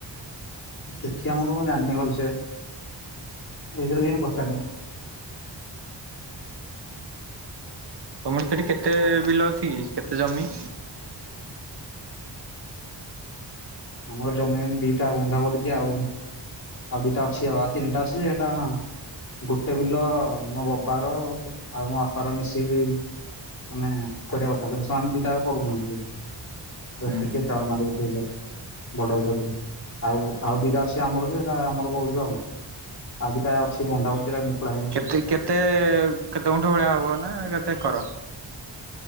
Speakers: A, on the left; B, on the right.
A: ଆ ସେଠି ଆମର କଁ ଜାଣିନି ଭଳ ସେ ଏବିଷୟରେ କିଛି ମୁଁ ପଚାରିନି।
B: ତମର ସେଠି କେତେ ବିଲ ଅଛି କି କେତେ ଜମି?
A: ଆମର ଜମି ଦିଟା ବନ୍ଧା ପଡିଛି ଆଉ ଆଉ ଦିଟା ଅଛି ଆଉ ଆଉ ତିନ୍ଟା ଅଛି ହେଟା ଗୋଟେ ବିଲ ମୋ ବବା ର ଏ ଆଉ ମୋ ବାପାର ମିଶିକି। ମାନେ କରିବା କଥା କିନ୍ତୁ ସେମାନେ ଦିଟାଆକ କରୁନାହାନ୍ତି
B: ହୁଁ ହୁଁ
A: କିଛି <inaudible> ବଡ ବିଲ ଟେଇ ଆଉ ଆଉ ଦିଟା ଅଛି ଆମର ଯେ ଆମର କରୁଚୁ ଆଉ। ଆଉ ଦିଟା ଅଛି ବନ୍ଧା ପଡି ଥିଲା ମୁକୁଳା ହେଇନି। ଆଉ।
B: ଏଇ କେତେ କେତେ ଗୁଣ୍ଠୁ ଭଳିଆ ହବ ନା କେତେ ଏକର?